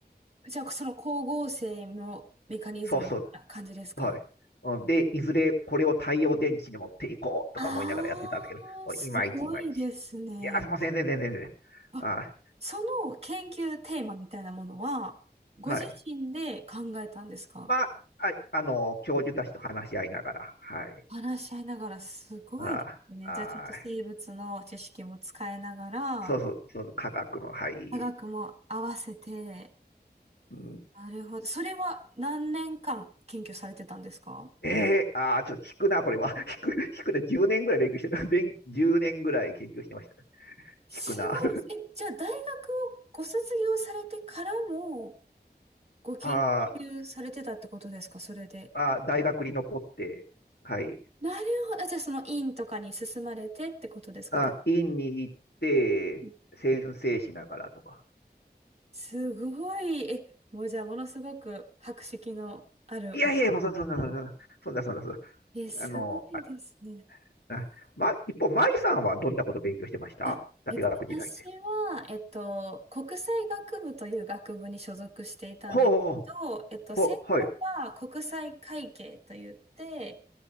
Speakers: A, on the right; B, on the left.
A: ーんじゃあ、その光合成のメカニズムな感じですか
B: そうそう。はい。うんで、いずれこれを太陽電池に持っていこうとか思いながらやってたんですけど、
A: あ
B: もういまいちいまいち。
A: ー、すごいですね。
B: いや、すいません、全然全然全然。
A: あ、
B: あ、
A: その研究テーマみたいなものは、ご自身で考えたんですか
B: はい。まあ、はいあの、教授たちと話し合いながら、はい。
A: 話し合いながらすごいですね。
B: あ、あ、
A: じゃあちょっと生物の知識も使いながら、
B: そうそう、そう科学の、はい。
A: 科学も合わせて、
B: うん、
A: なるほど。それは何年間研究されてたんですか
B: えー、ああちょっと引くな、これは。<laughs> 引く、引くな、10年ぐらい勉強してた。<laughs> 勉、10年ぐらい研究してました。
A: すごい。
B: 引くな。
A: え、じゃあ大学をご卒業されてからも
B: <laughs>
A: ご研究されてたってことですかそれで。
B: あーあー、大学に残って、はい。
A: なるほど。あじゃあその院とかに進まれてってことですか大
B: あ、院に行って、
A: 学
B: 先生しながらとか。
A: すごい。え、もうじゃあものすごく博識のあるお
B: いやいや、もうそんな、そんな、そんな、そんな、そんな、そんな
A: え、すごいですね。
B: あの、あ、あま、一方、舞さんはどんなこと勉強してました大学時代で。
A: あ、えっと、私は、えっと、国際学部という学部に所属していたんですけど、
B: ほうほう、
A: えっと、
B: ほう、
A: 専攻は国際会計といって、
B: はい。